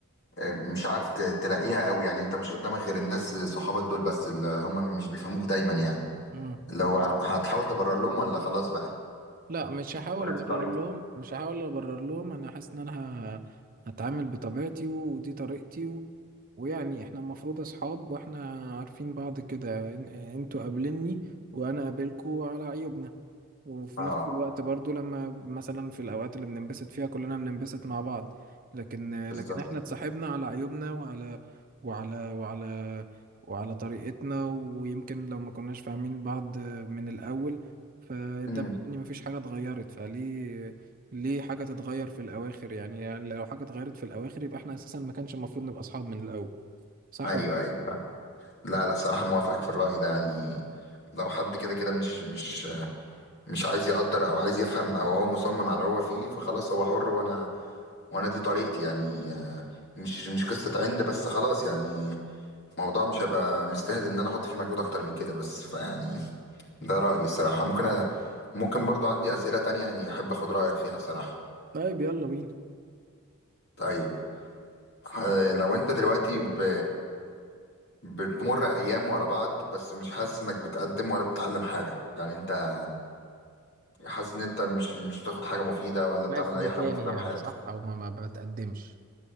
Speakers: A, on the left (about 50°); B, on the right (about 40°).
A: آه، مش عارف ت- تلاقيها قوي يعني انت مش قدامك غير الناس صحابك دول بس اللي هم مش بيفهموك دايما يعني
B: مم.
A: اللي هو هتحاول تبرر لهم ولا خلاص بقى
B: لا مش هحاول
A: ولا
B: ابرر
A: دي طريقة
B: لهم مش هحاول ابرر لهم انا حاسس ان انا ه- هتعامل بطبيعتي ودي طريقتي و... ويعني احنا المفروض اصحاب واحنا عارفين بعض كده إن- انتوا قابلني وانا قابلكوا على عيوبنا وفي
A: اه
B: نفس الوقت برضو لما مثلا في الأوقات اللي بننبسط فيها كلنا بننبسط مع بعض لكن
A: بالظبط
B: لكن احنا اتصاحبنا على عيوبنا وعلى وعلى وعلى وعلى طريقتنا ويمكن لو ما كناش فاهمين بعض من الأول فده
A: امم
B: معناه ان مفيش حاجة اتغيرت فليه ليه حاجة تتغير في الأواخر يعني, يعني لو حاجة اتغيرت في الأواخر يبقى احنا أساسا ما كانش المفروض نبقى أصحاب من الأول صح
A: ايوه
B: ولا
A: ايوه فاهم لا لا صراحه موافقك في الراي ده يعني لو حد كده كده مش مش مش عايز يقدر او عايز يفهم او هو مصمم على اللي هو فيه فخلاص هو حر وانا وانا دي طريقتي يعني آه، مش مش قصه عند بس خلاص يعني الموضوع مش هيبقى مستاهل ان انا احط فيه مجهود اكتر من كده بس فيعني ده رايي الصراحه ممكن أ... ممكن برضو عندي اسئله تانية يعني احب اخد رايك فيها الصراحه
B: طيب يلا بينا
A: طيب آه، لو انت دلوقتي ب... بتمر ايام ورا بعض بس مش حاسس انك بتقدم ولا بتتعلم حاجه يعني انت حاسس ان انت مش مش بتاخد حاجه مفيده ولا
B: واقف
A: بتعمل
B: في
A: اي
B: مكاني
A: حاجه مفيده
B: يعني
A: في حياتك
B: صح أو ما ما بتقدمش